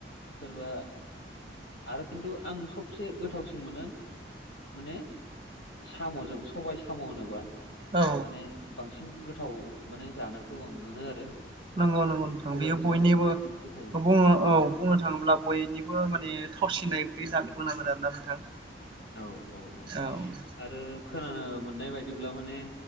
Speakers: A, on the left; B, on the right.
A: सोरबा आरो किन्तु आं सबसे गोथावसिन मोनो माने साम'जों सबाय साम' होनोबा
B: औ
A: माने बांसिन गोथाव माने जानोखौ आं मोनो आरो।
B: नंगौ नंगौ नोंथां
A: सबायजों
B: बेयो बयनिबो
A: साम'जोंखौ बांसिन गोथावसिन
B: बुङो
A: मोनो
B: औ बुङो थाङोब्ला बयनिबो माने थावसिनाय ओंख्रि जानो बुंनांगोन आरोना नोंथां।
A: आरो औ
B: औ
A: आरो खोनाना मोननाय बायदिब्ला माने